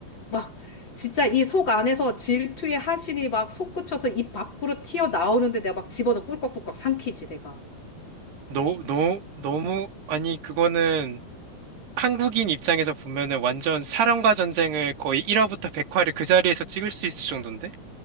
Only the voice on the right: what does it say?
너, 너, 너무, 아니, 그거는 한국인 입장에서 보면은 완전 사람과 전쟁을 거의 1화부터 100화를 그 자리에서 찍을 수 있을 정도인데?